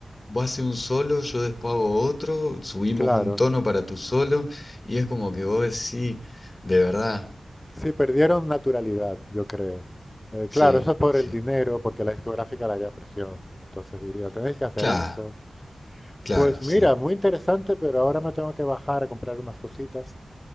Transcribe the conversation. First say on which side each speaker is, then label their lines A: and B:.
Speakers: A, on the left; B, on the left.
A: vos haces un solo, yo después hago otro, subimos
B: Claro.
A: un tono para tu solo y es como que vos decís, de verdad,
B: Sí, perdieron naturalidad, yo creo. Eh, claro,
A: sí,
B: eso es por
A: sí,
B: el dinero, porque la discográfica le haría presión. Y entonces diría, tenéis que hacer
A: claro,
B: esto.
A: claro,
B: Pues mira,
A: sí.
B: muy interesante, pero ahora me tengo que bajar a comprar unas cositas.